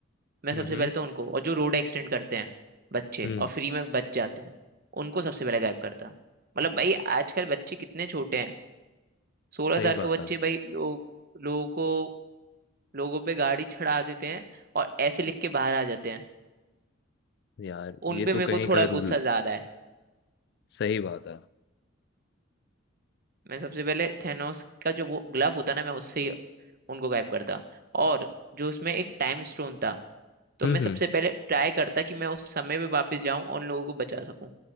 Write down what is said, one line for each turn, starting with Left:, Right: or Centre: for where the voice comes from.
Right: मैं
Left: हम्म
Right: सबसे पहले तो उनको और जो रोड एक्सीडेंट करते हैं बच्चे
Left: हम्म
Right: और फ्री में बच जाते हैं उनको सबसे पहले गायब करता मतलब भाई आजकल बच्चे कितने छोटे हैं सोलह
Left: सही
Right: साल
Left: बात
Right: के बच्चे
Left: है
Right: भाई लोग लोगों को लोगों पे गाड़ी चढ़ा देते हैं और ऐसे लिख के बाहर आ जाते हैं
Left: यार
Right: उन
Left: ये
Right: पे
Left: तो
Right: मेरे को
Left: कहीं
Right: थोड़ा
Left: का रूल
Right: गुस्सा ज्यादा है
Left: सही बात है
Right: मैं सबसे पहले थेनोस का जो वो ग्लव होता है ना मैं उससे ही उनको गायब करता और जो उसमें एक टाइम स्टोन था तो
Left: हम्म
Right: मैं
Left: हम्म
Right: सबसे पहले ट्राई करता कि मैं उस समय पे वापस जाऊं और उन लोगों को बचा सकूं